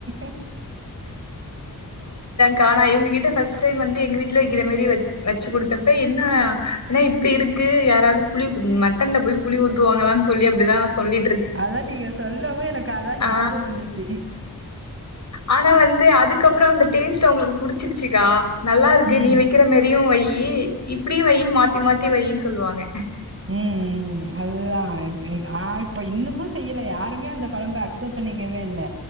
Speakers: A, on the right; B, on the left.
A: <inaudible>
B: கா நா இங்க கிட்ட ஃபஸ்ட் டைம் வந்து எங்க வீட்ல வெக்கிற மரி வச் வச்சு குடுத்தப்ப என்ன என்ன இப்டி இருக்கு யாராது புளி மட் டன்ல போய் புளி ஊத்துவாங்களான் சொல்லி அப்டிதா சொல்லி
A: அதா நீங்க சொல்லவு எனக்கு அதா ஞாபோ
B: ஆ
A: வந்துச்சு
B: ஆனா வந்து அதுக்கப்றோ அந்த டேஸ்ட் அவுங்களுக்கு புடிச்சிருச்சுக்கா நல்லா இருக்கு
A: ம்
B: நீ வெக்கிற மேரி அதயு வையி இப்டியு வையி மாத்தி மாத்தி வையின் சொல்வாங்க
A: ம் ம் ம் அதுதா நா இப்ப இன்னுமு செய்யல யாருமே அந்த கொழம்ப அக்சப்ட் பண்ணிக்கவே இல்ல